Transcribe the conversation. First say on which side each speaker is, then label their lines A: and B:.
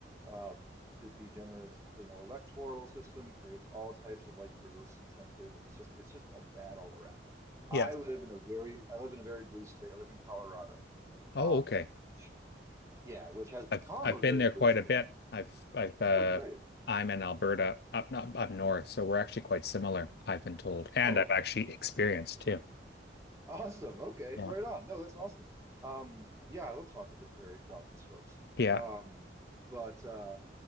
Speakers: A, on the right; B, on the left.
A: um, to be generous, you know, electoral system creates all types of like perverse incentives, and it's just, it's just a bad all around. I
B: Yeah.
A: live in a very, I live in a very blue state. I live in Colorado,
B: Oh,
A: um,
B: okay.
A: which, yeah, which has become
B: I've I've
A: a very
B: been there
A: blue
B: quite
A: state.
B: a bit. I've I've uh
A: Oh, great.
B: I'm in Alberta up not up north, so we're actually quite similar, I've been told. And
A: Oh.
B: I've actually experienced too.
A: Awesome. Okay.
B: Yeah.
A: Right on. No, that's awesome. Um, yeah, I love talking to Prairie Province folks.
B: Yeah.
A: Um, but uh,